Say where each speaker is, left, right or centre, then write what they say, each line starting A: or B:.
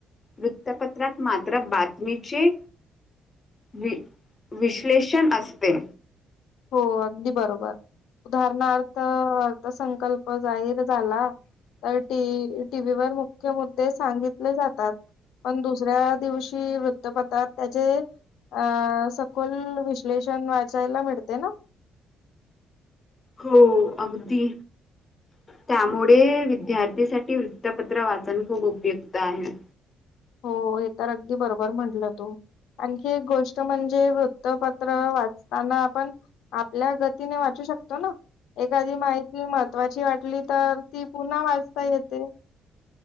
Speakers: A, on the left; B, on the left.
A: वृत्तपत्रात मात्र बातमीचे वि विश्लेषण असते.
B: हो अगदी बरोबर उदाहरणार्थ अर्थसंकल्प जाहीर झाला. तरी टीव्ही वर मुख्य मुद्दे सांगितले जातात. पण दुसऱ्या दिवशी वृत्तपतात त्याचे अ सखोल विश्लेषण वाचायला मिळत. ते ना.
A: हो अगदी त्यामुळे विद्यार्थीसाठी वृत्तपत्र वाचन खूप उपयुक्त आहे.
B: हो हे तर अगदी बरोबर म्हटलं तू. आणखी एक गोष्ट म्हणजे वृत्तपत्र वाचताना आपण. आपल्या गतीने वाचू शकतो ना. एखादी माहिती महत्वाची वाटली तर ती पुन्हा वाचता येते.